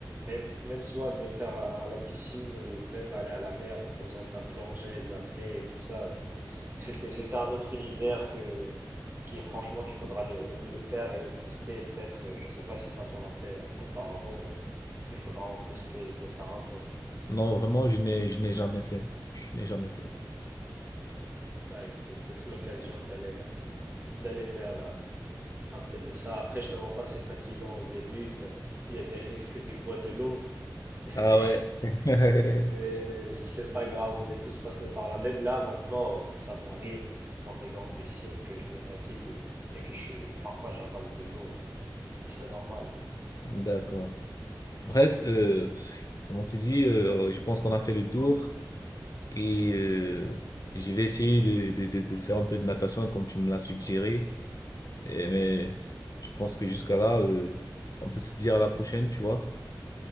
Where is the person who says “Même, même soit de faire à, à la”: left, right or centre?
Right